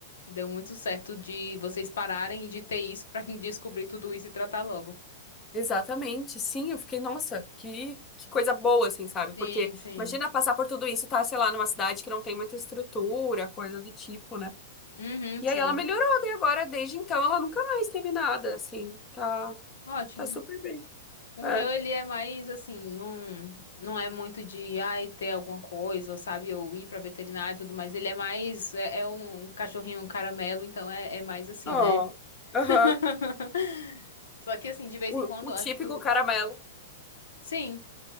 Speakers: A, on the left (about 80°); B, on the left (about 25°).
A: deu muito certo de vocês pararem e de ter isso pra <laughs> descobrir tudo isso e tratar logo.
B: Exatamente, sim, eu fiquei, nossa, que, que coisa boa, assim, sabe? Porque
A: Sim, sim.
B: imagina passar por tudo isso e tá, sei lá, numa cidade que não tem muita estrutura, coisa do tipo, né?
A: Uhum,
B: E
A: sim.
B: aí ela melhorou, daí agora, desde então, ela nunca mais teve nada, assim, tá,
A: Ótimo.
B: tá super bem.
A: O
B: É,
A: meu, ele é mais assim, não, não é muito de, ai, ter alguma coisa, ou sabe? Ou ir pra veterinária e tudo mais. Ele é mais, é, é um cachorrinho um caramelo, então é, é mais assim,
B: ó,
A: né?
B: aham,
A: <laughs> Só que assim, de vez
B: O,
A: em quando,
B: o típico
A: acho que o...
B: caramelo,
A: Sim,